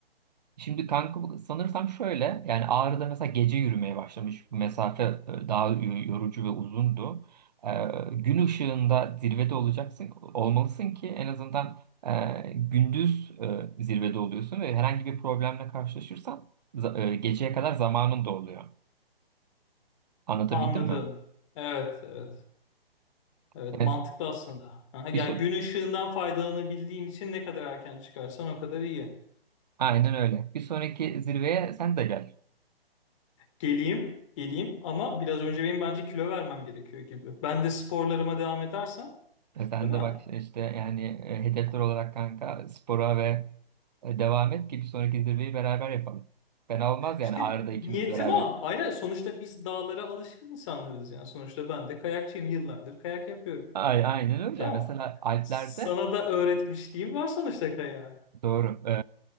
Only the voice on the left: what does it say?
Anladım.
Evet, evet. Evet,
mantıklı aslında. Aha, ya
gün ışığından faydalanabildiğin için ne kadar erken çıkarsan o kadar iyi.
Geleyim, geleyim ama biraz önce benim bence kilo vermem gerekiyor gibi. Ben de sporlarıma devam edersem,
değil mi?
İşte
niyetim
o. Aynen sonuçta biz dağlara alışkın insanlarız yani. Sonuçta ben de kayakçıyım yıllardır kayak yapıyorum.
Ya
sana da öğretmişliğim var sonuçta kayağı.